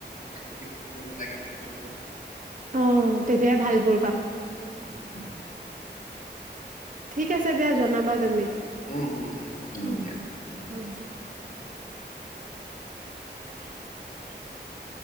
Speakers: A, on the left; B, on the right.
A: আগতেই বুক কৰিব লাগে ন সেইবোৰ।
B: অঁ, তেতিয়াই ভালবোৰ পাম।
A: উম, উম,
B: ঠিক আছে দিয়া জনাবা তুমি।
A: উম হম ঠিক আছে জনাম
B: উম,
A: দিয়া।
B: হ'ব দিয়া <unintelligible>